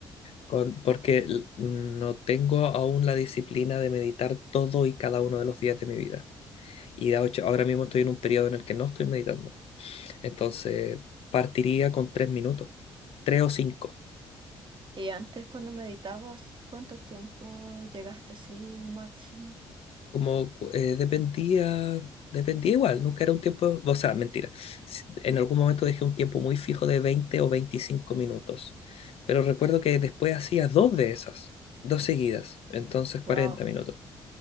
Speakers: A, on the left; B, on the right.
A: Con- porque l- no tengo aún la disciplina de meditar todo y cada uno de los días de mi vida. Y de hecho, ahora mismo estoy en un periodo en el que no estoy meditando. Entonces, partiría con tres minutos, tres o cinco.
B: Y antes, cuando meditabas, ¿cuánto tiempo llegaste así el máximo?
A: como eh, dependía, dependía igual, nunca era un tiempo, o sea, mentira. s- En algún momento dejé un tiempo muy fijo de 20 o 25 minutos, pero recuerdo que después hacía dos de esas, dos seguidas, entonces cuarenta
B: Wow.
A: minutos,